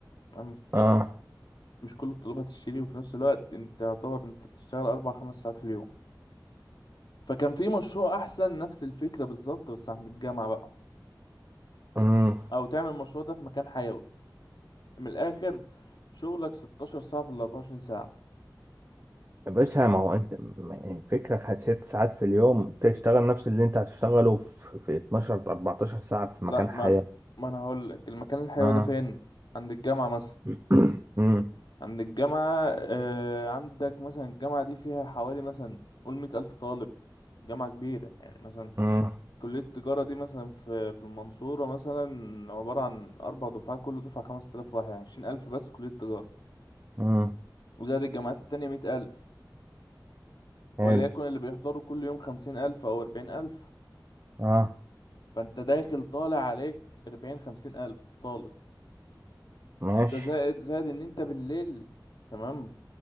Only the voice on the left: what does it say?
تمام؟
مش كل الطلاب هتشتري وفي نفس الوقت أنت يعتبر أنت بتشتغل أربع خمس ساعات في اليوم فكان في مشروع أحسن نفس الفكرة بالظبط بس عند الجامعة بقى
أو تعمل المشروع ده في مكان حيوي من الاخر شغلك 16 ساعة في ال 24 ساعة
لا
ما أنا- ما انا هقول لك المكان الحيوي
ده فين عند الجامعة مثلا
عند الجامعة آه عندك مثلا الجامعة دي فيها حوالي مثلا قول مية ألف طالب جامعة كبيرة يعني مثلا
كلية التجارة دي مثلا في في المنصورة مثلا عبارة عن أربع دفعات كل دفعة خمس آلاف واحد يعني عشرين ألف بس كلية التجارة
وزائد الجامعات التانية مية ألف
وليكن اللي بيحضروا كل يوم خمسين ألف أو أربعين ألف
فانت داخل طالع عليك 40 50 الف طالب
ده زائد زائد ان انت بالليل تمام